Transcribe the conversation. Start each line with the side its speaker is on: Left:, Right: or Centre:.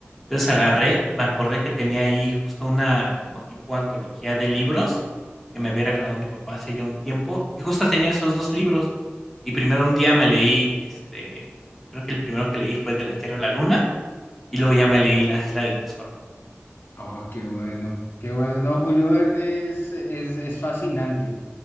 Centre: Entonces agarré, me acordé que tenía ahí justo una como tipo antología de libros que me había regalado mi papá hace ya un tiempo, y justo tenía esos dos libros. Y primero un día me leí, este, creo que el primero que leí fue De la Tierra a la Luna, y luego ya me leí Las Islas del Tesoro.
Left: Oh, qué bueno, qué bueno. No, Julio Verne es, es, es fascinante.